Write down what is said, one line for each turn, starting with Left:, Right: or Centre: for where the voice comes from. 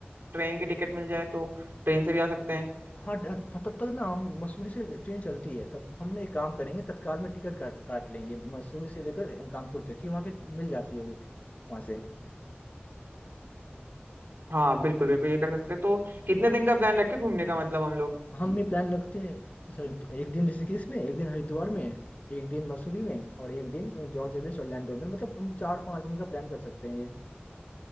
Right: ट्रेन की टिकट मिल जाए तो ट्रेन से भी आ सकते हैं
Left: हाँ ट- त- तब तक ना हम मसूरी से ट्रेन चलती है तब हमने एक काम करेंगे तत्काल में टिकट काट काट लेंगे मसूरी से लेकर कानपुर तक की वहाँ पे मिल जाती है वो वहाँ से
Right: हाँ बिल्कुल बिल्कुल ये कर सकते हैं तो कितने दिन का प्लान रखे घूमने का मतलब हम लोग
Left: हम ये प्लान रखते हैं सर एक दिन ऋषिकेश में एक दिन हरिद्वार में एक दिन मसूरी में और एक दिन जॉर्ज एवरेस्ट ऑरलैंडो में मतलब हम चार पाँच दिन का प्लान कर सकते हैं ये